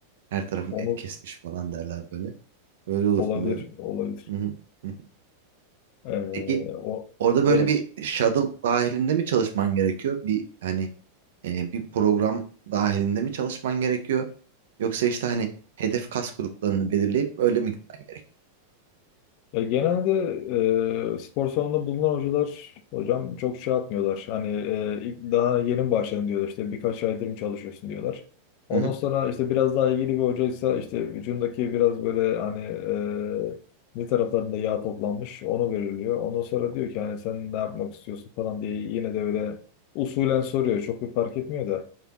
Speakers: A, on the right (about 60°); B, on the left (about 45°).
A: Her tarafım
B: Onu
A: et kesmiş falan derler böyle. Öyle olursun
B: olabilir,
A: böyle.
B: olabilir.
A: Hı hı, hı hı.
B: E,
A: Peki
B: o
A: Orada böyle
B: evet.
A: bir shuttle dahilinde mi çalışman gerekiyor? Bir hani e, bir program dahilinde mi çalışman gerekiyor? Yoksa işte hani hedef kas gruplarını belirleyip öyle mi gitmen gerekiyor?
B: Ya genelde e, spor salonunda bulunan hocalar hocam çok şey yapmıyorlar. Hani e, ilk daha yeni mi başladın diyorlar. İşte birkaç aydır mı çalışıyorsun diyorlar. Ondan
A: Hı hı,
B: sonra işte biraz daha ilgili bir hocaysa işte vücudundaki biraz böyle hani e, bir taraflarında yağ toplanmış onu veriliyor. Ondan sonra diyor ki hani sen ne yapmak istiyorsun falan diye yine de öyle usulen soruyor. Çok bir fark etmiyor da.